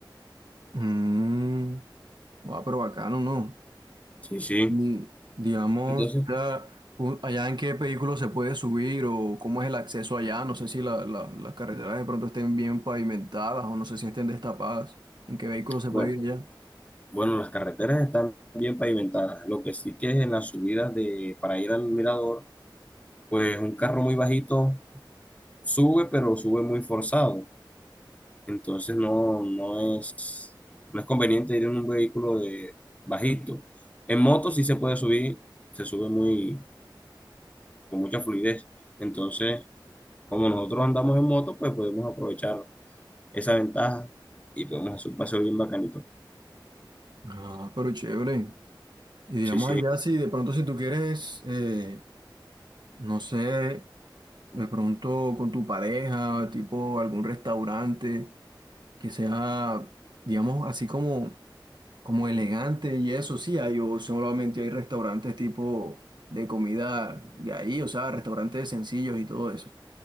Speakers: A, on the right; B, on the left.
A: Mm, ah, pero bacano, ¿no?
B: Sí, sí.
A: Y, digamos,
B: Entonces,
A: o sea, un- allá en qué vehículo se puede subir o cómo es el acceso allá, no sé si la- la- las carreteras de pronto estén bien pavimentadas o no sé si estén destapadas, en qué vehículo se
B: bueno,
A: puede ir allá.
B: bueno, las carreteras están bien pavimentadas. Lo que sí que es en las subidas de, para ir al mirador, pues un carro muy bajito sube, pero sube muy forzado. Entonces no, no es, no es conveniente ir en un vehículo de bajito. En moto sí se puede subir, se sube muy, con mucha fluidez. Entonces, como nosotros andamos en moto, pues podemos aprovechar esa ventaja y podemos hacer un paseo bien bacanito.
A: Ah, pero chévere. Y digamos
B: Sí, sí.
A: allá, si de pronto si tú quieres... eh, No sé, de pronto con tu pareja, tipo algún restaurante que sea, digamos, así como, como elegante y eso, sí, hay, o solamente hay restaurantes tipo de comida de ahí, o sea, restaurantes sencillos y todo eso.